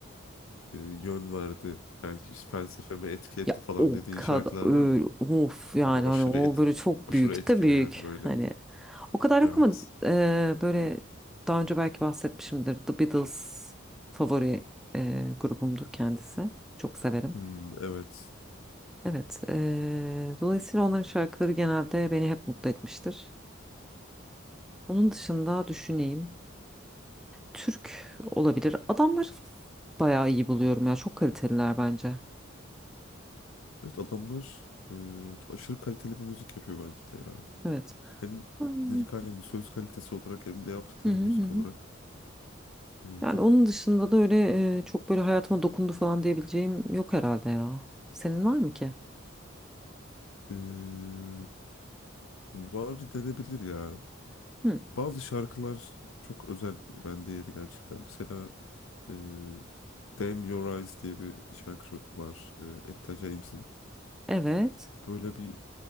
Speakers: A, on the left; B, in the centre.
A: e, yön verdi. Belki işte felsefeme etki etti
B: Ya
A: falan
B: o
A: dediğin
B: kadar
A: şarkılar
B: öyle
A: var mı?
B: of yani
A: Böyle aşırı
B: hani o
A: et,
B: böyle çok
A: aşırı
B: büyük
A: etkileyen
B: de büyük
A: böyle.
B: hani o kadar yok
A: Evet.
B: ama e, böyle daha önce belki bahsetmişimdir The Beatles favori e, grubumdur kendisi çok severim
A: Hmm, evet.
B: evet e, dolayısıyla onların şarkıları genelde beni hep mutlu etmiştir onun dışında düşüneyim Türk olabilir adamları bayağı iyi buluyorum ya çok kaliteliler bence
A: Evet adamlar e, çok aşırı kaliteli bir müzik yapıyor bence de ya.
B: evet.
A: Hem
B: Hmm.
A: lirik halen söz kalitesi olarak hem de yaptıkları
B: Hı hı
A: müzik
B: hı.
A: olarak e,
B: Yani
A: çok
B: onun dışında da öyle e, çok böyle hayatıma dokundu falan diyebileceğim yok herhalde ya. Senin var mı ki?
A: e, var denebilir ya.
B: Hı.
A: Bazı şarkılar çok özel bende yeri gerçekten. Mesela e, Damn Your Eyes diye bir şarkı var. E, Etta James'in.
B: Evet.
A: Böyle bir